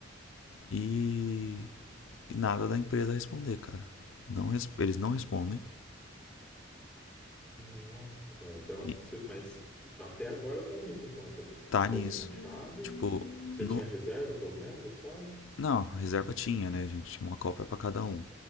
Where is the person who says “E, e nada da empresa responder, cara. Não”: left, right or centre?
Left